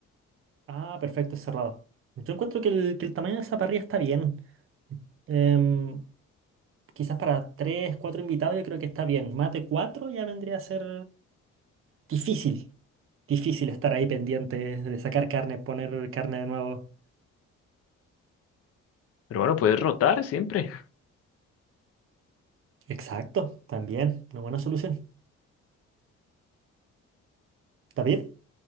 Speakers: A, on the right; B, on the left.
A: Ah, perfecto, cerrado. Yo encuentro que el, que el tamaño de esa parrilla está bien. Em, quizás para tres, cuatro invitados yo creo que está bien. Más de cuatro ya vendría a ser difícil. Difícil estar ahí pendiente de sacar carne, poner carne de nuevo.
B: Pero bueno, puedes rotar siempre.
A: Exacto, también. Una buena solución. ¿David?